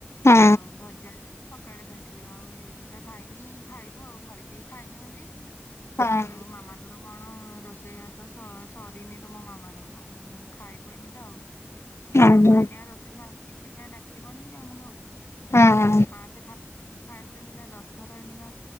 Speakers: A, on the left; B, on the left.
A: ହଁ
B: ଆଉ ଭଜା। ସକାଳେ ଖାଇଥିଲି ଆଉ ଏଇନିକା ଖାଇନି ଖାଇବ ଆଉ ଘରେ କେହି ଖାଇନାହାନ୍ତି।
A: ହଁ
B: ଆଉ ମାମା ତୋର କଣ ରୋଷେଇ ବାସ ସରିନି ତ ମୋ ମାମାର। ଆଉ ଖାଇବୁ ଏଇନିକା ଆଉ
A: ଓହୋ
B: ମାମା ଏନିଆ ରୋଷେଇ ସରୁ ଆ ଡାକିବନି କି ଆମକୁ ଆଉ?
A: ହୁଁ।
B: ଆଁ ସେ ଖାଇବୁ ଏଇନି ଦଶଥର ଏଇନିକା